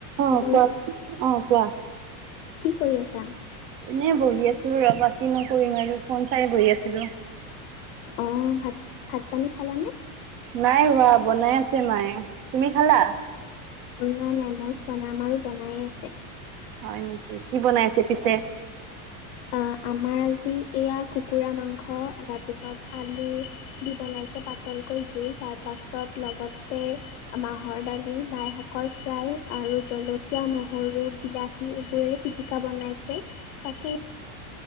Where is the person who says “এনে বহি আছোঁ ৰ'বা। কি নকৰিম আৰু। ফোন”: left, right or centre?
Right